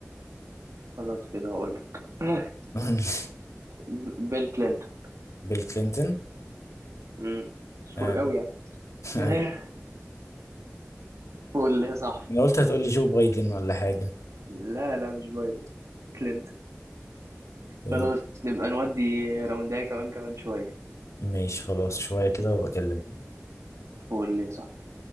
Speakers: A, on the right; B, on the left.
A: خلاص كده هقولك <laughs>
B: <laughs>
A: ب- بيل كلينتون
B: بيل كلينتون
A: مم، مشهور
B: آه،
A: قوي يعني
B: <laughs>
A: <laughs>
B: أيوة.
A: قول لي يا صاحبي
B: انا قلت هتقولي جو بايدن ولا حاجة
A: لا لا مش بايدن كلينتون
B: إيه،
A: خلاص نبقى نودي راونداية كمان كمان شوية
B: ماشي خلاص شوية كده وبكلم
A: قول لي يا صاحبي